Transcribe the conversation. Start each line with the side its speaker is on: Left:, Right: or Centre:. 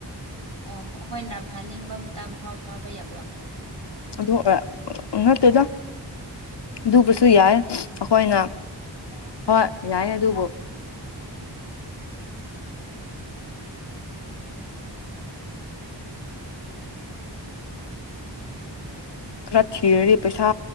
Right: ꯑ ꯍꯣꯏꯅ ꯐꯥꯅꯤꯡꯕ ꯃꯇꯝ ꯐꯥꯎ ꯐꯥꯕ ꯌꯥꯕ꯭ꯔꯣ
Left: ꯑꯗꯨ ꯑ ꯅꯠꯇꯦꯗ ꯑꯗꯨꯕꯨꯁꯨ ꯌꯥꯏ ꯑꯩꯈꯣꯏꯅ ꯍꯣꯏ ꯌꯥꯏ ꯑꯗꯨꯕꯨ ꯈꯔ ꯊꯤꯔꯗꯤ ꯄꯩꯁꯥ